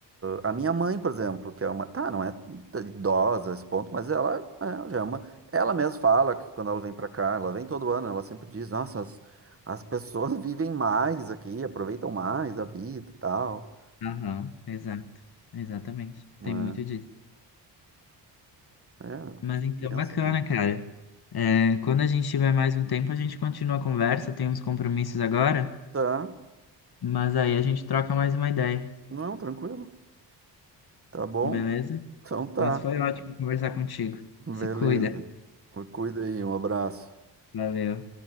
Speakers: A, on the right; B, on the left.
A: Ah, A minha mãe, por exemplo, que é uma. Tá, não é t- idosa a esse ponto, mas ela é, já é uma. Ela mesma fala que quando ela vem pra cá, ela vem todo ano, ela sempre diz: Nossa, as, as pessoas <laughs> vivem mais aqui, aproveitam mais a vida e tal.
B: Aham, exato. Exatamente.
A: né?
B: Tem muito disso.
A: É,
B: Mas então,
A: pensas,
B: bacana,
A: né?
B: cara. É, quando a gente tiver mais um tempo, a gente continua a conversa. Tem uns compromissos agora,
A: Tá,
B: mas aí a gente troca mais uma ideia,
A: não, tranquilo. Tá bom?
B: beleza?
A: Então tá.
B: Mas foi ótimo conversar contigo.
A: Beleza.
B: Se cuida.
A: Cuida aí, um abraço.
B: Valeu.